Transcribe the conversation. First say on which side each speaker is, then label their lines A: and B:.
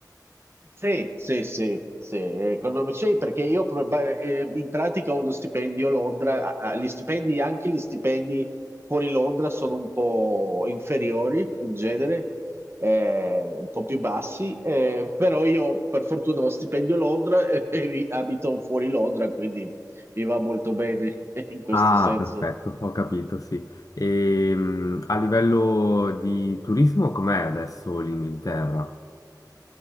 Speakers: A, on the right (about 35°); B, on the left (about 55°).
A: Sì, sì, sì, sì, econom- sì, perché io proba- eh, in pratica ho uno stipendio a Londra, a- a- gli stipendi, anche gli stipendi fuori Londra sono un po' inferiori in genere, eh, un po' più bassi, eh, però io per fortuna ho stipendio a Londra e, e vi- abito fuori Londra, quindi mi va molto bene <laughs> in questo
B: Ah,
A: senso.
B: perfetto, ho capito, sì. E, mm, a livello di turismo, com'è adesso l'Inghilterra?